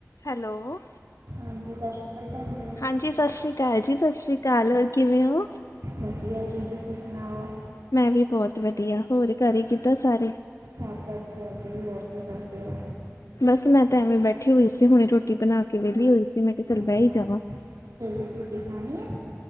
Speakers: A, on the left (about 75°); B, on the right (about 80°).
A: Hello.
B: ਹਾਂਜੀ, ਸਤਿ ਸ੍ਰੀ ਅਕਾਲ ਭੈਣ ਜੀ।
A: ਹਾਂਜੀ ਸਤਿ ਸ਼੍ਰੀ ਅਕਾਲ ਜੀ ਸਤਿ ਸ਼੍ਰੀ ਅਕਾਲ ਹੋਰ ਕਿਵੇਂ ਹੋ।
B: ਵਧੀਆ ਜੀ, ਤੁਸੀਂ ਸੁਣਾਓ।
A: ਮੈਂ ਵੀ ਬਹੁਤ ਵਧੀਆ ਹੋਰ ਘਰ ਹੀ ਕਿੱਦਾਂ ਸਾਰੇ।
B: ਹ ਵਧੀਆ ਜੀ ਹੋਰ ਕੀ ਕਰਦੇ ਹੋ।
A: ਬਸ ਮੈਂ ਤਾਂ ਐਵੇਂ ਬੈਠੀ ਹੋਈ ਸੀ ਹੁਣੇ ਰੋਟੀ ਬਣਾ ਕੇ ਵਿਹਲੀ ਹੋਈ ਸੀ ਮੈਂ। ਕਿਹਾ ਚੱਲ
B: ਅੱਛਾ,
A: ਬਹਿ ਹੀ ਜਾਵਾਂ
B: ਜੀ ਤੁਸੀਂ ਰੋਟੀ ਖਾਣੀ ਹੈ।